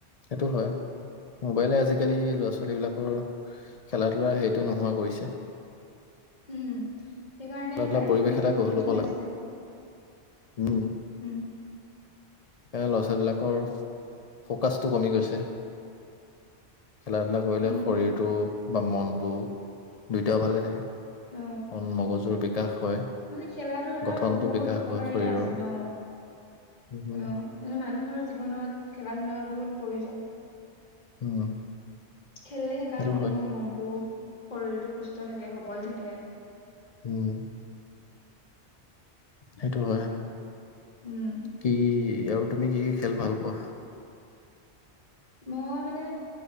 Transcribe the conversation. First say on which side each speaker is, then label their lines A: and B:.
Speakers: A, on the left; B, on the left.
A: সেইটো হয়। মোবাইলে
B: উম
A: আজিকালি ল'ৰা ছোৱালী বিলাকৰ খেলাত। সেইটো নোহোৱা কৰিছে।
B: উম সেইকাৰণে
A: খেলা ধূলা
B: শাৰীৰিক
A: পৰিৱেশ
B: সমস্যাও
A: এটা গঢ়
B: বৃদ্ধি
A: ল'ব
B: পাইছে।
A: লাগে উম সেইকাৰণে
B: উম
A: ল'ৰা ছোৱালী বিলাকৰ ফকাচটো কমি গৈছে। ছে খেলা ধূলা কৰিলে
B: উম
A: শৰীৰটো। বা মনতটো দুইটাও ভালে থাকে।
B: অ
A: অন মগজু। জুৰ বিকাশ হয়,
B: মানে খেলা ধূলাৰ
A: গঠনটো
B: বহুত
A: বিকাশ
B: উপকাৰিতা
A: হয় শৰীৰৰ।
B: আছে ন
A: উম,
B: অ মানে মানুহৰ জীৱনত খেলা ধূলা বহুত প্ৰয়োজন
A: উম
B: খেলিলে সেইকাৰণে
A: সেইটো
B: মানুহৰ
A: হয়,
B: মনটো শৰীৰটো সুস্থ থাকে সবল থাকে
A: উম সেইটো হয়
B: উম
A: কি ইয়াৰো তুমি কি কি খেল ভাল পোৱা
B: মই মানে